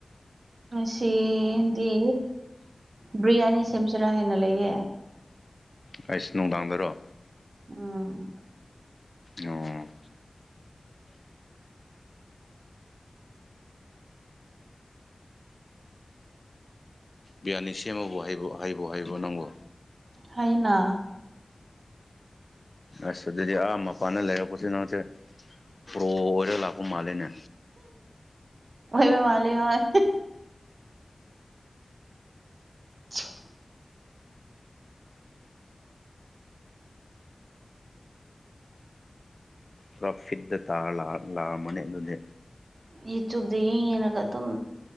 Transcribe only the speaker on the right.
ꯁꯤꯗꯤ ꯕꯤ꯭ꯔꯌꯥꯅꯤ ꯁꯦꯝꯖꯔꯥ ꯍꯥꯢꯅ ꯂꯩꯌꯦ
ꯎꯝ
ꯍꯥꯏꯅ
ꯑꯣꯢꯕ ꯃꯥꯂꯦ ꯑꯣꯏ ꯆꯤꯎ
ꯌꯨꯇ꯭ꯌꯨꯕꯇ ꯌꯦꯡ ꯌꯦꯡꯉꯒ ꯑꯗꯨꯝ